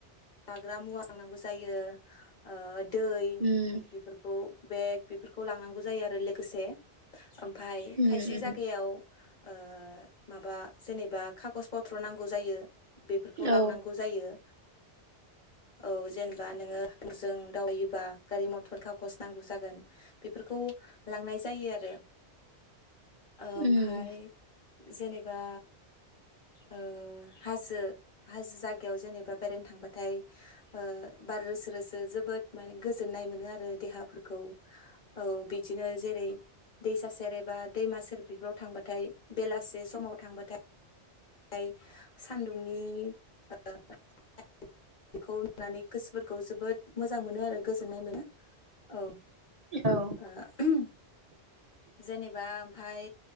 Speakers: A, on the left; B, on the right.
A: जाग्रा मुवा लांनांगौ जायो ओ दै
B: उम
A: बेफोरखौ बेग बेफोरखौ लांनांगौ जायो आरो लोगोसे ओम ओमफाय
B: उम
A: खायसे
B: उम
A: जागायाव ओ माबा जेनेबा खागज पत्र नांगौ जायो। बेफोरखौ लांनांगौ
B: औ
A: जायो। औ जेनेबा नोङो <unintelligible> दावबायोबा गारि मथर खागस नांगौ जागोन बेफोरखौ लांनाय जायो आरो ओ ओमफाय
B: उम
A: जेनेबा ओ हाजो हाजो जायगायाव जेनेबा बेेरायनो थांबाथाय ओ बार रोसो रोसो जोबोद माने गोजोननाय मोनो आरो देहाफोरखौ औ बिदिनो जेरै दैसा सेर एबा दैमा सेर बिफोराव थांबाथाय बेलासे समाव थांबाथाय <inaudible> सानदुंनि <unintelligible> <unintelligible> बेखौ नुनानै गोसोफोरखौ जोबोद मोजां मोनो आरो गोजोननाय मोनो। औ
B: औ
A: <unintelligible> जेनेबा ओमफाय